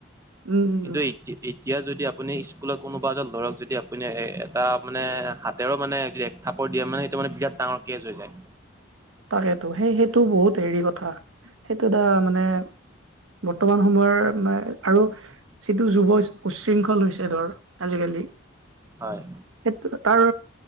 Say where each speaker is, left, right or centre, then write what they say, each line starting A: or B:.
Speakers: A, on the right; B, on the right.
A: উম উম
B: কিন্তু
A: উম
B: এতিয়া যদি আপুনি স্কুলত কোনোবা এজন ল'ৰাক যদি আপুনি এটা মানে হাতেৰে মানে যে থাপৰ দিয়ে মানে সেইটো মানে বিৰাট ডাঙৰ কেচ হৈ যায়
A: তাকেতো সেই সেইটো বহুত হেৰি কথা সেইটো এটা মানে বৰ্তমান সময়ৰ মানে আৰু যিটো যুৱ উশৃংখল হৈছে ধৰ আজিকালি
B: হয়
A: সেই তাৰ